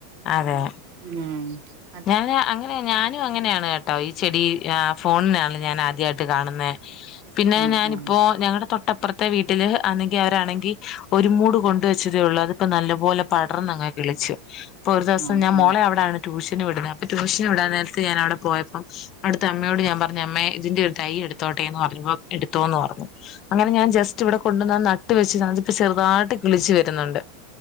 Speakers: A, on the left; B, on the right.
A: അതെ
B: ഉം ഹ്
A: ഞാൻ അങ്ങനെ ഞാനും അങ്ങനെയാണ് കേട്ടോ ഈ ചെടി ആഹ് ഫോണിനാണ് ഞാൻ ആദ്യം ദ്യായിട്ട് കാണുന്നേ പിന്നെ
B: ആ
A: ഞാനിപ്പോ
B: ആ
A: ഞങ്ങടെ തൊട്ടപ്പുറത്തെ വീട്ടില് അന്നെങ്കി അവരാണെങ്കി ഒരു മൂട് കൊണ്ടുവെച്ചതേ ഉള്ളൂ അതിപ്പോ നല്ല പോലെ പടർന്നങ്ങ് കിളിച്ച് ഇപ്പൊ ഒരു ദെവസം
B: ആ
A: ഞാൻ
B: ആ
A: മോളെ അവിടാണ് ട്യൂഷൻ വിടണെ അപ്പൊ ടൂഷൻവിടാനേരത്ത് ഞനവിടെ പോയപ്പോ അടുത്തെ അമ്മയോട് ഞാ പറഞ്ഞമ്മെ ഇതിന്റെ ഒരു തൈ എടുത്തോട്ടെന്ന് പറഞ്ഞപ്പോ എടുത്തോന്ന് പറഞ്ഞു അങ്ങനെ ഞാൻ ജസ് സ്റ്റ് ഇവിടെ കൊണ്ടന്ന നട്ട് വെച്ച് അതിപ്പ ചെറുതായിട്ട് കിളിച്ച് വെരുന്നുണ്ട്